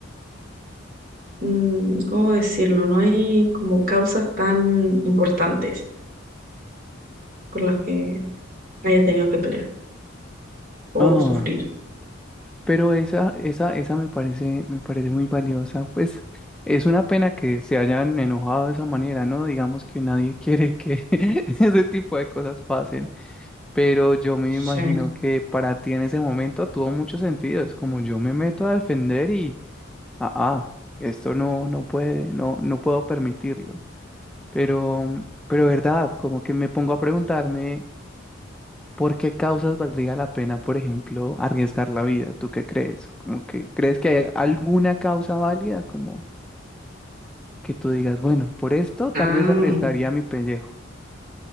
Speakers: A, on the right; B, in the centre.
A: mm, ¿cómo decirlo? No hay como causas tan importantes por las que haya tenido que pelear o
B: Ah,
A: sufrir.
B: Pero esa, esa, esa me parece, me parece muy valiosa. Pues es una pena que se hayan enojado de esa manera, ¿no? Digamos que nadie quiere que <laughs> ese tipo de cosas pasen. Pero yo me
A: Sí.
B: imagino que para ti en ese momento tuvo mucho sentido. Es como yo me meto a defender y, ah, ah, esto no, no puede, no, no puedo permitirlo. Pero, pero verdad, como que me pongo a preguntarme. ¿Por qué causas valdría la pena, por ejemplo, arriesgar la vida? ¿Tú qué crees? Como que, ¿crees que hay alguna causa válida? Como que tú digas, bueno, por esto tal
A: Ah,
B: vez arriesgaría mi pellejo.